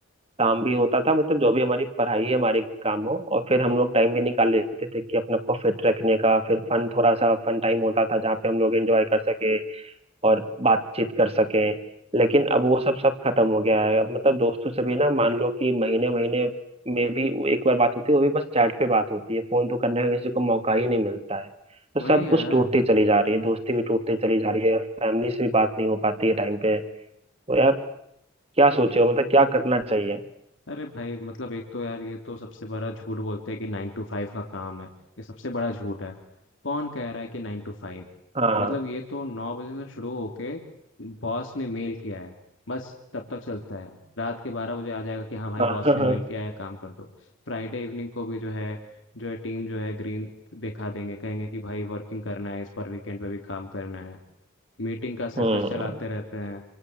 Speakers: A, on the right (about 30°); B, on the left (about 65°).
A: काम भी होता था मतलब जो भी हमारी पढ़ाई है हमारे काम हो और फिर हम लोग टाइम भी निकाल लेते थे कि अपने आप को फिट रखने का फिर फन थोड़ा सा फन टाइम होता था जहाँ पे हम लोग एंजॉय कर सके और बातचीत कर सके लेकिन अब वो सब सब खत्म हो गया है अब मतलब दोस्तों से भी ना मान लो कि महीने महीने में भी वो एक बार बात होती है वो भी बस चैट पे बात होती है फोन तो करने का किसी को मौका ही नहीं मिलता है तो
B: वही
A: सब
B: यार
A: कुछ टूटती चली जा रही है दोस्ती भी टूटती चली जा रही है फैमिली से भी बात नहीं हो पाती है टाइम पे तो यार क्या सोचे हो मतलब क्या करना चाहिए
B: अरे भाई मतलब एक तो यार ये तो सबसे बड़ा झूठ बोलते हैं कि नाइन टू फाइव का काम है ये सबसे बड़ा झूठ है कौन कह रहा है कि नाइन टू फाइव
A: हाँ
B: मतलब ये तो नौ बजे से शुरू होके बॉस ने मेल किया है बस तब तक चलता है रात के बारह बजे आ जाएगा कि हाँ भाई
A: हाँ
B: बॉस
A: हाँ
B: ने
A: हाँ
B: मेल किया है काम कर दो फ्राइडे इवनिंग को भी जो है जो है टीम जो है ग्रीन दिखा देंगे कहेंगे कि भाई वर्किंग करना है इस पर वीकेंड पे भी काम करना है मीटिंग का सर्कस
A: हम्म,
B: चलाते रहते हैं